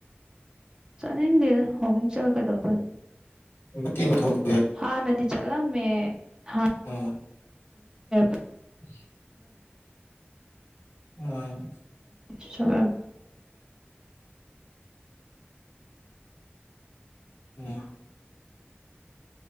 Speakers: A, on the right (about 20°); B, on the left (about 70°).
A: ꯆꯠꯅꯤꯡꯗꯦꯗ ꯋꯥꯛꯀꯤꯛ ꯆꯠꯂ ꯀꯩꯗꯧꯗꯨꯢꯅꯣ
B: ꯃꯤ ꯃ ꯍ <inaudible>
A: ꯍꯥ ꯅꯗꯤ ꯆꯂ ꯃꯄ
B: ꯎꯝ
A: <inaudible>
B: <unintelligible> ꯎꯝ
A: ꯁꯕ <inaudible>
B: ꯎꯝ